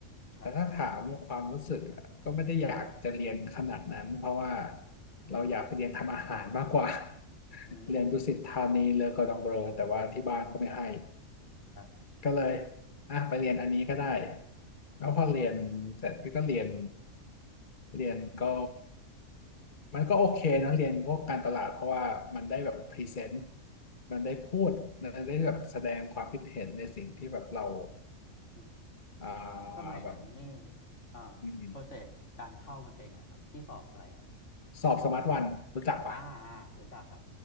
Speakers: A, on the left; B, on the left.
A: ครับ
B: แต่ถ้าถามความรู้สึกอะก็ไม่ได้อยากจะเรียนขนาดนั้นเพราะว่าเราอยากไปเรียนทำอาหารมากกว่า <laughs>
A: อืม
B: เรียนดุสิตธานีเลอกอร์ดองเบลอแต่ว่าที่บ้านก็ไม่ให้
A: ครับ
B: ก็เลยอ่ะไปเรียนอันนี้ก็ได้แล้วพอเรียนเสร็จพี่ก็เรียนเรียนก็มันก็โอเคนะเรียนพวกการตลาดเพราะว่ามันได้แบบพรีเซนต์มันได้พูดมันได้แบบแสดงความคิดเห็นในสิ่งที่แบบเรา
A: อืม
B: อ่า
A: สมัยนั้นนี่
B: แบบ
A: อ่าโปรเซสการเข้ามันเป็นไงครับที่สอบอะไรอ่ะ
B: อืมๆสอบสมาร์ทวันรู้จักปะ
A: อ่าอ่ารู้จักครับ